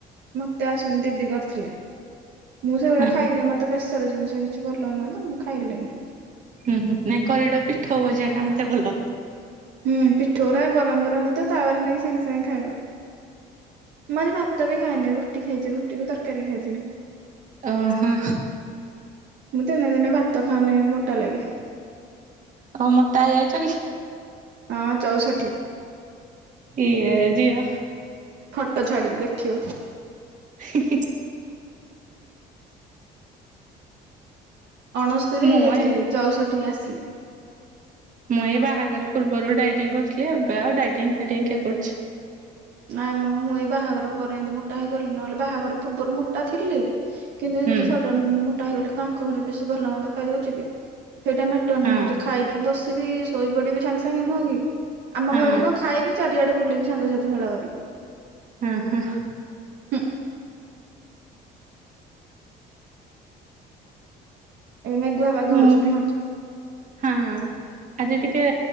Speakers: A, on the right; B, on the right.
A: ମତେ ଆସୁନି ଦିଦି କରିଥିଲେ ମୁଁ ସେଗୁରା
B: ହଁ
A: ଖାଇନି ମତେ ବେସର ଜିନିଷ କି ଛି ଭଲ ନୁହଁ ମୁଁ ଖାଇଲିନି।
B: ହୁଁ ହୁଁ ନାଇଁ କରିଡ ପିଠଉ ଭଜାଟା ମତେ ଭଲ।
A: ହୁଁ ପିଠଉ ଗୁରା ଗରମ ଗରମ ହେଇଥିବ ତାୱାରୁ ନେଇକି ସାଙ୍ଗେ ସାଙ୍ଗେ ଖାଇବ ମୁଁ ଆଜି ଭା ତ ବି ଖାଇନି ରୁଟି ଖାଇଛି ରୁଟିକୁ ତରକାରୀ ଖାଇଥିଲି।
B: ଓହୋ।
A: ମୁଁ ଦିନେ ଦିନେ ଭାତ ଖାଉନି ମୋଟା ଲାଗି।
B: ତମେ ମୋଟା ହେଇଯାଉଛ କି।
A: ହଁ ଚଉଷଠି।
B: ଇଏ ଝିଅ।
A: ଫଟୋ ଛାଡିବି ଦେଖିବ।
B: ହି ହି ହି।
A: ଅଣସ୍ତୁରୀ
B: ମୁଁ
A: ହେଇଯାଇଥିଲି
B: ଏ
A: ଚଉଷଠିିକି ଆସିଲି।
B: ମୁଁ ଏଇ ବାହାଘର ପୂର୍ବରୁ ଡାଇଟିଂ କରୁଥିଲି ଏବେ ଆଉ ଡାଇଟିଂ ଫାଇଟିଂ କିଏ କରୁଛି।
A: ନାଇଁ ମ ମୁଁ ଏଇ ବାହାଘର ପରେ ଇନ୍ତି ମୋଟା ହେଇଗଲି ନହେଲେ ବାହାଘର ପୂର୍ବରୁ ମୋଟା ଥିଲି। କିନ୍ତୁ
B: ହୁଁ
A: ଇନ୍ତି ସଡନ୍ ମୋଟା ହେଇଗଲି କଁ ଆଙ୍କ ଘରେ ବେଶୀ ଭଲ ମନ୍ଦ ଖାଇ ଦଉଛି କି। ସେଇଟା ମେଟର
B: ହଁ
A: ନୁହଁ ମୁଁ ଯୋଉ ଖାଇକି ବସିବି ଶୋଇପଡିବି ସାଙ୍ଗେ ସାଙ୍ଗେ ନୁହଁ କି ଆମ
B: ହଁ
A: ଘରଠି ମୁଁ ଖାଇବି ଚାରିଆଡେ ବୁଲିବି ସାଙ୍ଗସାଥି ମେଳ କରିକି
B: ହୁଁ ହୁଁ।
A: ହୁଁ ଏବେ ମେଘୁଆ ପାଗ
B: ମୁଁ
A: ହଉଚି, ନୁହଁ?
B: ହଁ ହୁଁ ଆଜି ଟିକେ